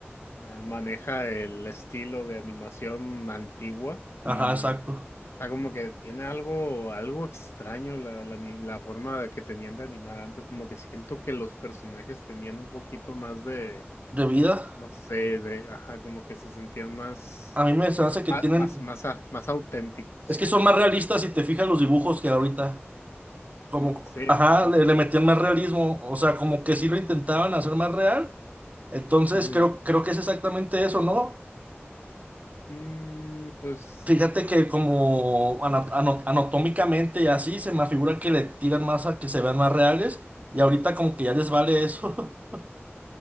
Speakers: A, on the left; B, on the right.
A: eh, maneja el estilo de animación antigua y
B: Ajá, exacto.
A: está como que tiene algo, algo extraño la, la, ni- la forma de que tenían de animar antes. Como que siento que los personajes tenían un poquito más de,
B: ¿De vida?
A: no sé, de, ajá, como que se sentían más
B: A mí me se hace que
A: más,
B: tienen.
A: más, más, a- más auténticos.
B: Es que son más realistas si te fijas los dibujos que ahorita. Como,
A: No sé.
B: ajá,
A: Mm,
B: le, le metían más realismo. O sea, como que sí lo intentaban hacer más real. Entonces
A: ujú.
B: creo, creo que es exactamente eso, ¿no?
A: Mm, pues,
B: Fíjate que como ana- ano- anatómicamente y así se me figura que le tiran más a que se vean más reales. Y ahorita como que ya les vale eso. <laughs>